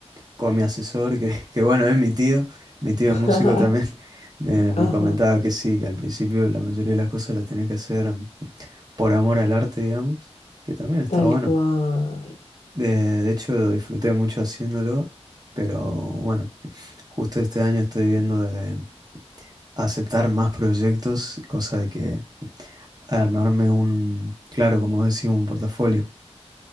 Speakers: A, on the right; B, on the left.
A: con mi asesor, que, que bueno, es mi tío, mi
B: <laughs>
A: tío es músico también, <laughs> me, me
B: Ajá,
A: comentaba que sí, que al principio la mayoría de las cosas las tenés que hacer por amor al arte, digamos, que también está
B: tal
A: bueno.
B: cual.
A: de de hecho, disfruté mucho haciéndolo, pero bueno, justo este año estoy viendo de aceptar más proyectos, cosa de que armarme un, claro, como decís, un portafolio.